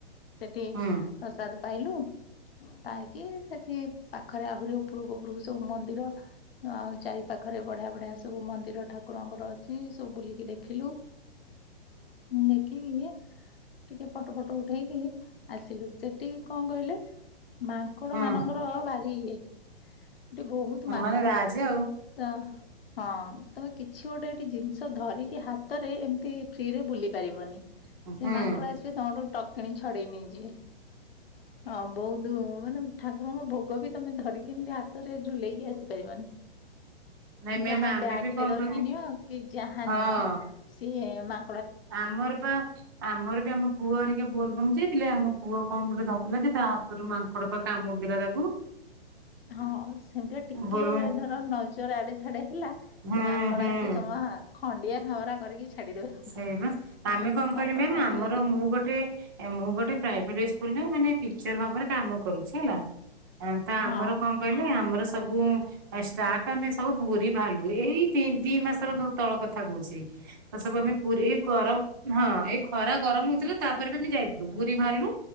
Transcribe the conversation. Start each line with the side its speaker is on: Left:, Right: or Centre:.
Left: ସେଠି
Right: ହୁଁ
Left: ପ୍ରସାଦ ପାଇଲୁ। ପାଇକି ସେଠି ପାଖରେ ଆହୁରି ଉପୂରକୁ ଉପୂରକୁ ସବୁ ମନ୍ଦିର। ଆଉ ଚାରି ପାଖରେ ବଢିଆ ବଢିଆ ସ ସବୁ ମନ୍ଦିର ଠାକୁରଙ୍କର ଅଛି ସବୁ ବୁଲିକି ଦେଖିଲୁ। ଉଁ ଦେଖିକି ଟିକେ ଫଟୋ ଫଟୋ ଉଠେଇକି ଆସିଲୁ, ସେଠିକି କଣ କହିଲେ। ମାଙ୍କଡ
Right: ହୁଁ
Left: ମାନଙ୍କର ଭାରି ଇଏ ସେଠି ବହୁତ ମାଙ୍କଡ।
Right: ମାନେ ରାଜି ଆଉ
Left: ତ ହଁ ତମେ କିଛି ଗୋଟେ ସେଠି ଜିନିଷ ଧରିକି ହାତରେ ଏମିତି ଫ୍ରିରେ ବୁଲି ପାରିବନି।
Right: ହୁଁ
Left: ସେ
Right: ହୁଁ
Left: ମାଙ୍କଡ ଆସିବେ ତମଠୁ ଟକ୍ କିଣ ଛଡେଇ ନେଇଯିବେ ହଁ ବହୁତ ତୁ ମାନେ ଠାକୁରଙ୍କ ଭୋଗ ବି ତମେ ଧରିକି ଏମିତି ହାତରେ ଝୁଲେଇକି ଆସି ପାରିବନି।
Right: ନାଇଁ ମ୍ୟାମ୍
Left: ଯାହା
Right: ଆମେ
Left: ବ୍ୟାଗ
Right: ବି
Left: ଟେ
Right: କଣ
Left: ଧରିକି
Right: କହିବି
Left: ନିଅ କି ଯାହା
Right: ହଁ
Left: ନିଅ ସିଏ ମା
Right: ଆମର ପା ଆମର ବି ଆମ ପୁଅ ହରିକା ବୋଲବମ ଯାଇଥିଲେ, ଆମ ପୁଅ କଣ ଗୋଟେ ଧଉଥିଲା ଯେ ତା ହତରୁ ମାଙ୍କଡ ପା କାମୁଡି ଦେଲା ତାକୁ।
Left: ହଁ ସେମିତି ବା ଟିକେ
Right: ବୋଲ
Left: ଧର ନଜର ଆଡେ ସାଡେ। ହେଲା
Right: ହୁଁ
Left: ସେ ମାଙ୍କଡ
Right: ହୁଁ
Left: ଆସିବେ ତମ ଖଣ୍ଡିଆ ଖାବରା କରିକି ଛାଡିଦେବେ।
Right: ସେଇ ବା,
Left: ଆଉ
Right: ଆମେ
Left: ବହୁତ
Right: କଣ
Left: ମାଙ୍କଡ
Right: କହିଲ ମ୍ୟାମ୍
Left: ପାତି
Right: ଆମର
Left: ପାତି
Right: ମୁଁ ଗୋଟେ‌। ମୁଁ ଗୋଟେ ପ୍ରାଇଭେଟ ସ୍କୁଲ ରେ ମାନେ ଟିଚର ଭାବରେ କାମ କରୁଛି ହେଲା। ତ ଆମର
Left: ହଁ
Right: କଣ କହିଲେ ଆମର ସବୁ। ଆ ଷ୍ଟାପ ଆମେ ସବୁ ପୁରି ବାହାରିଲୁ, ଏଇ ତି ଦି ମାସର ତଳ କଥା କହୁଛି। ତ ସବୁ ଆମେ ପୁରୀ ଏଇ ଗରମ। ହଁ ଏଇ ଖରା ଗରମ ହଉଥିଲା ତାପରେ ବି ଆମେ ଯାଇଥିଲୁ ପୁରୀ ବାହାରିଲୁ।